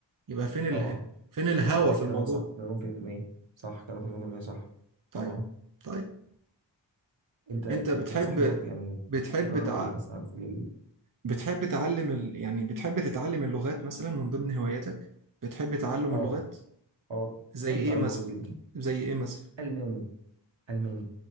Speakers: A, on the right (about 45°); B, on the right (about 75°).
A: يبقى فين اله...
B: طبعا
A: فين الهوى
B: والله
A: في
B: كلامك
A: الموضوع
B: صح مليون في الميه صح كلامك مليون في الميه صح
A: طيب
B: طبعا
A: طيب
B: انت أنت
A: انت بتحب
B: بتنصحني طب يعني
A: بتحب
B: اجرب
A: تع...
B: ايه مثلا في ال...
A: بتحب تعلم ال... يعني بتحب تتعلم اللغات مثلا من ضمن هواياتك بتحب تعلم
B: اه
A: اللغات
B: اه
A: زي
B: بحب
A: ايه
B: اتعلم
A: مثلا
B: لغات جدا
A: زي ايه مثلا
B: الماني الماني